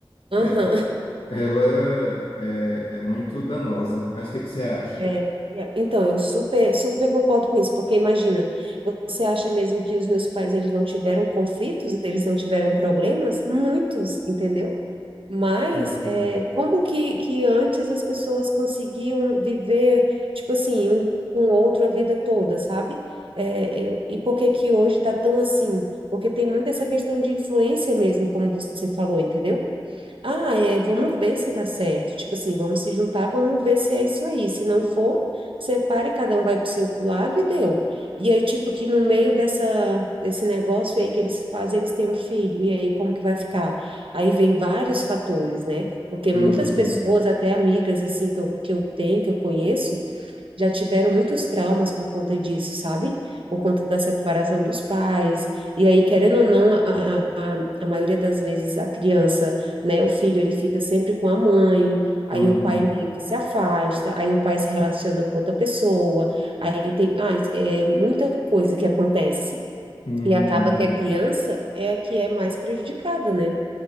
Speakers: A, on the right; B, on the left.
A: ajudaria.
B: É- Ela é, é muito danosa. Mas o que que você acha?
A: É, e a- então, eu super, super concordo com isso, porque imagina, você acha mesmo que os meus pais, eles não tiveram conflitos, eles não tiveram problemas? Muitos, entendeu? Mas
B: Uhum,
A: é, como que, que antes as pessoas conseguiam viver, tipo assim, um com o outro a vida toda, sabe? É, eu- e por que que hoje tá tão assim? Porque tem muito essa questão de influência mesmo, como você falou, entendeu? Ah, é, vamos ver se dá certo. Tipo assim, vamos se juntar, vamos ver se é isso aí. Se não for, separe, cada um vai para o seu lado e deu. E aí, tipo, que no meio dessa, desse negócio aí que eles fazem, eles têm um filho. E aí, como que vai ficar? Aí vem vários fatores, né? Porque muitas
B: uhum,
A: pessoas, até amigas, assim, que eu, que eu tenho, que eu conheço, já tiveram muitos traumas por conta disso, sabe? Por conta da separação dos pais. E aí, querendo ou não, a, a, a maioria das vezes a criança, né, o filho, ele fica sempre com a mãe, aí
B: uhum,
A: o pai meio que se afasta, aí o pai se relaciona com outra pessoa, aí tem, ah, é muita coisa que acontece.
B: uhum.
A: E acaba que a criança é a que é mais prejudicada, né?